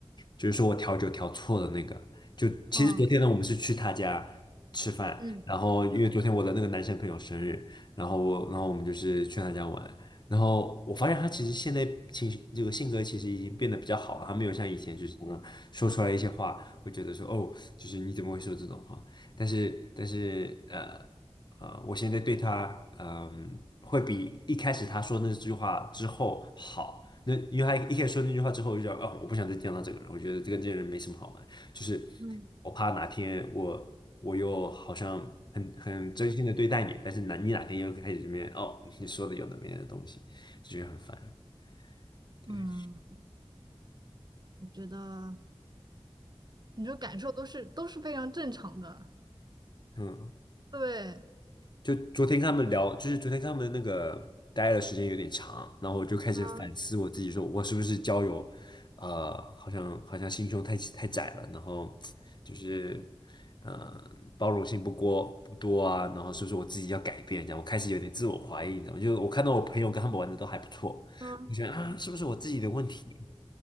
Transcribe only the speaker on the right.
嗯
嗯，
对，
嗯
嗯，我觉得你这感受都是都是非常正常的，
对。
嗯
嗯。